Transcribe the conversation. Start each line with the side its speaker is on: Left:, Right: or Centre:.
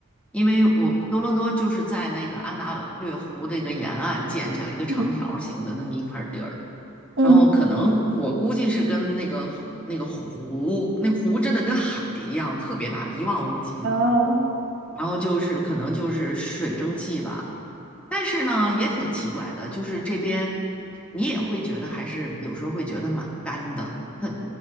Centre: 因为我多伦多就是在那个安大略湖那个沿岸建起来一个长条形的那么一块地儿，
Right: 嗯嗯
Centre: 然后可能我估计是跟那个湖那个湖，那湖真的跟海一样特别大，一望无际的，
Right: 啊
Centre: 然后就是可能就是水蒸气吧。但是呢，也挺奇怪的，就是这边你也会觉得还是有时候会觉得蛮干的。它，